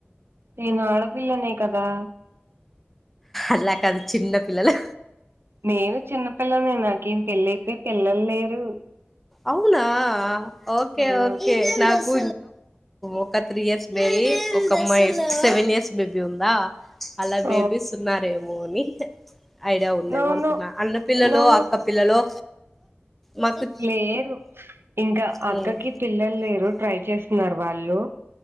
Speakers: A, on the right (about 70°); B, in the centre.
A: నేను ఆడ పిల్లేనే కదా
B: అలా కాదు చిన్న పిల్లలు
A: నేను చిన్నపిిల్లని నాకేం పెళ్ళి అయిపోయి పిల్లలు లేరు
B: అవునా ఓకే
A: ఆ
B: ఓకే నాకు ఒక త్రీ ఇయర్స్ బేలి ఒక అమ్మాయి సెవెన్ ఇయర్స్ బేబీ ఉందా అలా బేబీస్
A: ఓ
B: ఉన్నారుారే మోని ఐడియా ఉండేవ
A: నో
B: అనుకున్నా
A: నో
B: అన్నపిిల్లలు
A: నో
B: అక్క పిల్లలు మాకు
A: లేరు ఇంకా
B: హ్మ్
A: అక్కకి పిల్లలు లేరు ట్రై చేస్తున్నారు వాళ్ళు